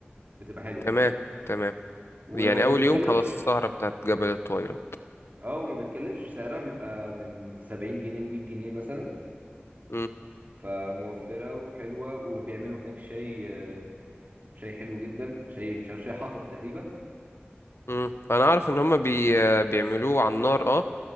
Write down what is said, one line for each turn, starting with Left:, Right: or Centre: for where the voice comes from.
Right: بتبقى حلوة
Left: تمام
Right: يعني
Left: تمام
Right: وما
Left: يعني اول
Right: بتكلفش
Left: يوم خلاص السهرة بتاعت جبل الطويلات
Right: اه وما بتكلفش سعرها بيبقى من 70 جنيه ل 100 جنيه مثلا
Left: امم
Right: فموفرة وحلوة وبيعملوا هناك شاي آه، شاي حلو جدا شاي مش عارف شاي حطب تقريبا
Left: امم انا اعرف ان هما بي... بيعملوه على النار اه